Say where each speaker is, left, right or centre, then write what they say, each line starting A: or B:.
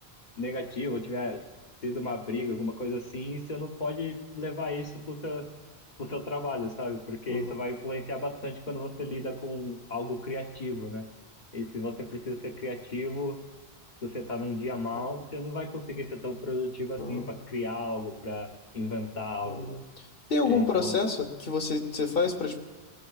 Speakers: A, on the left; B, on the left.
A: negativo, ou tiver sido uma briga, alguma coisa assim, você não pode levar isso pro seu, pro seu trabalho, sabe? Porque
B: uhum,
A: isso vai influenciar bastante quando você lida com algo criativo, né? E se você precisa ser criativo se você tá num dia mal,
B: uhum,
A: você não vai conseguir ser tão produtivo assim
B: uhum,
A: para criar algo, para inventar algo.
B: uhum. Tem algum
A: É, Então,
B: processo que você, você faz para,